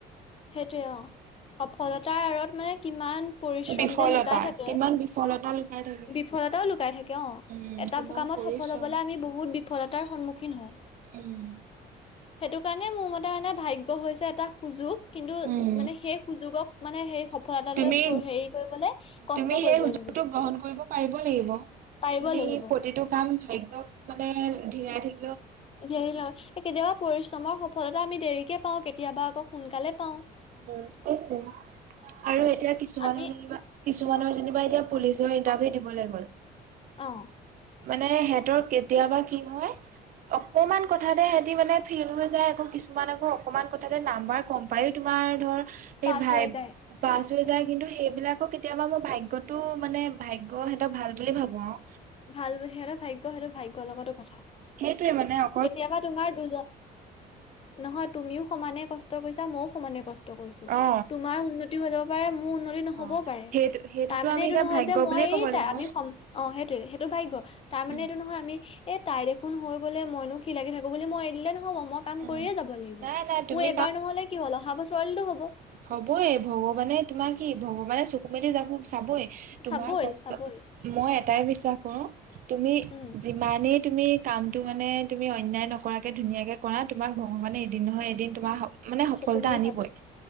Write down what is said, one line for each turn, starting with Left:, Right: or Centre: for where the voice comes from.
Left: সেইটোৱে অ' সফলতাৰ আঁৰত মানে কিমান পৰিশ্ৰম
Right: বিফলতা
Left: যে লুকাই থাকে,
Right: কিমান বিফলতা লুকাই থাকে
Left: বিফলতাও লুকাই থাকে অ'।
Right: উম
Left: এটা
Right: কিমান
Left: কামত
Right: পৰিশ্ৰম
Left: সফল হ'বলৈ আমি বহুত বিফলতাৰ সন্মুখীন হওঁ।
Right: উম।
Left: সেইটো কাৰণে মোৰ মতে মানে ভাগ্য হৈছে এটা সুযোগ, কিন্তু
Right: উম
Left: মানে সেই সুযোগক মানে হেই সফলতা
Right: তুমি
Left: লৈ হেৰি কৰিবলে কষ্ট
Right: তুমি
Left: কৰিবই
Right: সেই সুযোগটো
Left: লাগিব।
Right: গ্ৰহণ কৰিব পাৰিব লাগিব
Left: পাৰিব
Right: তুমি
Left: লাগিব
Right: প্ৰতিটো কাম ভাগ্যক মানে ধীৰাই থাকি।
Left: ধৰি লোৱা কেতিয়াবা পৰিশ্ৰমৰ সফলতা আমি দেৰিকে পাওঁ, কেতিয়াবা আকৌ সোনকালে পাওঁ।
Right: উম, সেইটোৱে আৰু এতিয়া কিছুমানে
Left: আমি
Right: যেনিবা কিছুমানৰ যেনিবা এতিয়া পুলিচৰ ইণ্টাৰভিউ দিবলৈ গ'ল।
Left: অ'
Right: মানে সিহঁতৰ কেতিয়াবা কি হয়। অকমান কথাতে সিহঁতি মানে ফেইল হৈ যায়, আকৌ কিছুমান আকৌ অকমান কথাতে নাম্বাৰ গ'ম পাইয়ো তোমাৰ ধৰ
Left: পাছ
Right: এই ভাইব
Left: হৈ যায়
Right: পাছ হৈ যায়, কিন্তু সেইবিলাকক কেতিয়াবা মই ভাগ্যটো মানে ভাগ্য সিহঁতৰ ভাল বুলি ভাবোঁ আও।
Left: ভাল সিহঁতৰ ভাগ্য সেইটো ভাগ্যৰ লগতো কথা
Right: সেইটোৱেই মানে অ
Left: কেতিয়াবা তোমাৰ দুজন নহয় তুমিও সমানে কষ্ট কৰিছা ময়ো সমানে কষ্ট। ত কৈছো
Right: অ
Left: তোমাৰ উন্নতি হৈ যাব পাৰে, মোৰ উন্নতি নহ'বও
Right: অ',
Left: পাৰে।
Right: সেইটো সেইটোতো
Left: তাৰ মানে
Right: আমি
Left: এইটো
Right: এতিয়া
Left: নহয়
Right: ভাগ্য
Left: যে মইয়েই
Right: বুলিয়ে ক'ব লাগিব
Left: তা আমি সম অ' সেইটোয়ে সেইটো ভাগ্য।
Right: উম
Left: তাৰ মানে এইটো নহয় আমি এ তাই দেখোন হৈ গ'লে মইনো কি লাগি থাকো বুলি মই এৰি দিলে নহ নহ'ব মই কাম
Right: উম
Left: কৰিয়ে যাব লাগিব।
Right: নাই নাই তুমি
Left: মোৰ এবাৰ নহ'লে কি হ'ল অহা বছৰলেটো হ'ব।
Right: হবয়ে ভগৱানে তোমাৰ কি ভগৱানে চুকু মেলি যাব চাবই তোমাৰ
Left: চাবই
Right: কষ্ট
Left: চাবই
Right: মই এটাই বিশ্বাস কৰো, তুমি
Left: উম
Right: যিমানেই তুমি কামটো মানে তুমি অন্যায় নকৰাকে ধুনীয়াকে কৰা তোমাক ভগৱানে এদিন নহয় এদিন তোমাৰ স মানে সফলতা
Left: চকু মেলি
Right: আনিবই।
Left: চাবই